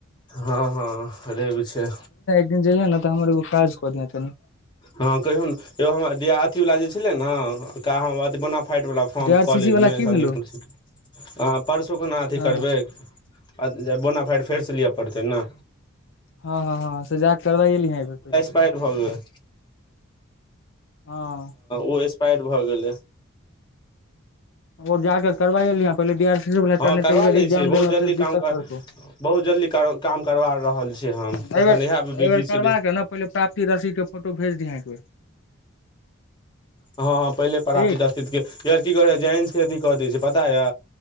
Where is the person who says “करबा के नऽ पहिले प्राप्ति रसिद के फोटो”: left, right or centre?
Left